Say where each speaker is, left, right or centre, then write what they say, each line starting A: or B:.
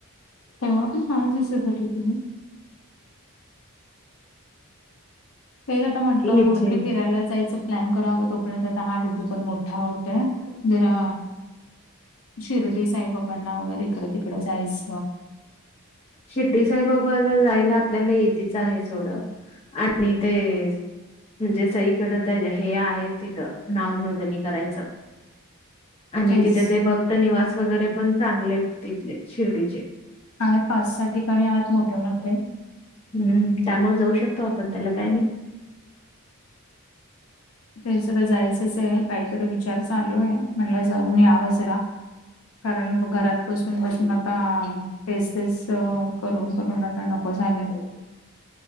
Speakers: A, on the left; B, on the left.
A: तेव्हा पण छान दिसत होती ती नई.. तेच आता म्हटलं,
B: हिचे
A: कुठेतरी फिरायला जायचं. प्लॅन करावा तो पर्यंत आता हा डुगू पण, मोठा होतोय जरा शिर्डी साईबाबांना वगैरे इकड-तिकड जायच.
B: शिर्डी साईबाबाला जायला आपल्याला इजीच आहे सोड, आणि ते म्हणजे सईकडं त्याज्या हे आहे तिथं, नाव नोंदणी करायचं. आणि
A: तेच
B: तिथ ते भक्त निवास वगैरे पण चांगलेत तिथले, शिर्डीचे.
A: आहेत, पाच सहा ठिकाणे आहेत मोठे मोठे.
B: हम्म त्यामुळ जाऊ शकतो आपण, त्याला काय नई.
A: ते सगळ जायचंच हे, काहीतर विचार चालूय. म्हणल जाऊन यावं जरा. कारण ब घरात बसून बसून आता तेच तेच अ करून करून आ आता नको झालय.